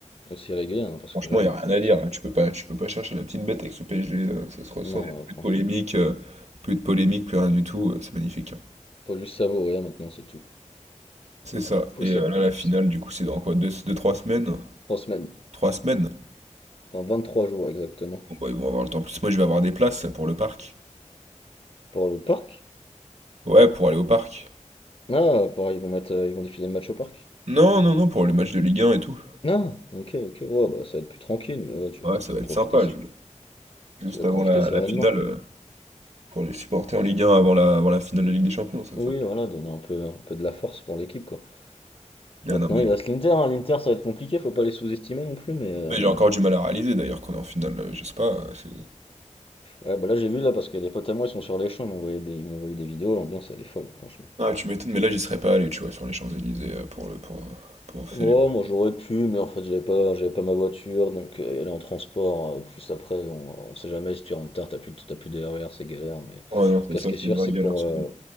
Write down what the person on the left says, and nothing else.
Aussi régulier, hein, parce
que là...
pff,
non,
euh, franchement,
faut juste savourer, hein, maintenant, c'est tout.
Faut
sa-
faut sa-
Trois semaines.
Dans 23 jours, exactement.
Pour le parc?
Ah, pour... ils vont mettre, euh, ils vont diffuser le match au parc.
Ah! OK, OK. Ouais, bah, ça va être plus tranquille, mais ouais, tu
vas
tu
vas
profiter
se
tu vas
profiter
sereinement.
Oui,
voilà, donner un peu un peu de la force pour l'équipe, quoi.
Maintenant,
il reste l'Inter, hein. L'Inter, ça va être compliqué, faut pas les sous-estimer non plus, mais heu,
ouais, bah, là, j'ai vu, là, parce qu'il y a des potes à moi, ils sont sur les champs, ils m'ont envoyé des ils m'ont envoyé des vidéos, l'ambiance, elle est folle, franchement.
Oh, moi, j'aurais pu, mais en fait, j'avais pas j'avais pas ma voiture, donc heu, y aller en transport, heu, plus après, on on sait jamais, si tu rentres tard, t'as plus de tu plus de RER, c'est galère, mais
quest
ce qui
est sûr,
c'est
que pour,
heu